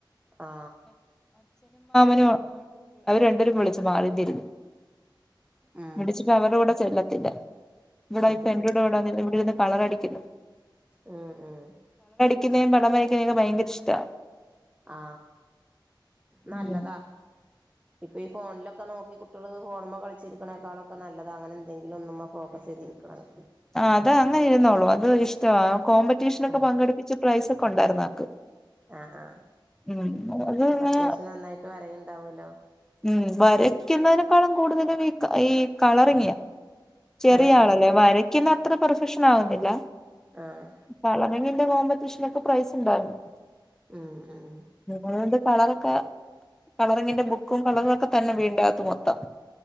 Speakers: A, on the right; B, in the centre.
A: ആ
B: അവർ രണ്ടു പേരും വിളിച്ചു മാളതിരുന്നു
A: ഉം
B: <unintelligible> വിളിച്ചപ്പം അവരു കൂടെ ചെല്ല ഇല്ല ഇവിടെ
A: അത്
B: ഫവിടെ
A: ശരി
B: ഇവിടെ <unintelligible> <unintelligible> കളറടിക്കുന്നു
A: ഉം ഉം
B: <unintelligible> പടം വരുന്ന ഭയങ്കര ഇഷ്ടമാണ്
A: ആ നല്ലതാ
B: ഉം
A: ഇപ്പൊ ഈ ഫോണിലൊക്കെ നോക്കി കുട്ടികൾ ഫോണുമ്മേൽ കളിച്ചിരിക്കുന്നേക്കാളൊക്കെ നല്ലതാ അങ്ങനെന്തെങ്കിലും ഒന്ന് ഫോക്കസ് ചെയ്തിരിക്കണത്.
B: ആ അതേ അങ്ങനെ ഇരുന്നോള്ളൂ അത് ഇഷ്ടവാ. കോമ്പറ്റീഷന് ഒക്കെ
A: ഉം
B: പങ്കെടുപ്പിച്ച പ്രൈസ് ഒക്കെ ഉണ്ടായിരുന്ന- ഉ
A: ആഹ് ആഹ്
B: അതങ്ങനെ
A: അപ്പൊ അത്യാവശ്യം നന്നായിട്ട് വരയുണ്ടാവുമല്ലോ
B: ഉം വരക്കുന്നതിനേക്കാളും കൂടുതലും- ഈ കളറങ്ങിയാ ചെറിയ
A: ആഹ് അത്
B: ആളല്ലേ
A: ശരി
B: വര- അത്ര പെർഫെക്ഷൻ ആവുന്നില്ല
A: ആഹ്
B: കളറിംഗ്- കോമ്പറ്റീഷന് ഒക്കെ പ്രൈസ് ഉണ്ടായിരുന്നു.
A: ഉം ഉം
B: അതുകൊണ്ട് കളറൊക്കെ കളറിങ്ങിന്റെ ബുക്കും കളറുമൊക്കെ തന്നെ വീടിനകത്ത് മൊത്തം